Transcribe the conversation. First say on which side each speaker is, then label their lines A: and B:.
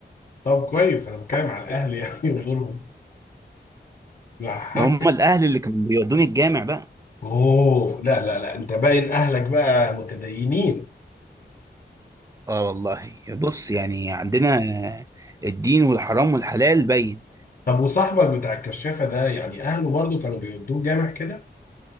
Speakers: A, on the left; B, on the right.
A: طب كويس انا بتكلم على الاهل يعني <laughs> ودورهم لا حاجه
B: ما هم الاهل اللي كانوا بيودوني الجامع بقى
A: اوه لا لا لا انت باين اهلك بقى متدينين
B: اه والله بص يعني عندنا الدين والحرام والحلال باين
A: طب وصاحبك بتاع الكشافه ده يعني اهله برضو كانوا بيودوه جامع كده